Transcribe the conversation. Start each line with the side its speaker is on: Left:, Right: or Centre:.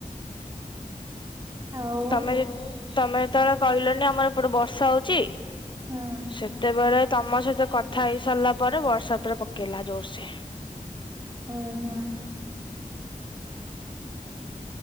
Right: ଆଉ
Left: ତମେ ଯ ତମେ ଯେତେବେଳେ କହିଲନି ଆମର ଏପଟେ ବର୍ଷା ହଉଚି
Right: ହଁ
Left: ସେତେବେଳେ ତମ ସହିତ କଥା ହେଇ ସାରିଲା ପରେ ବର୍ଷା ପୁରା ପକେଇଲା ଜୋରସେ।
Right: ଉଁ ହୁଁ।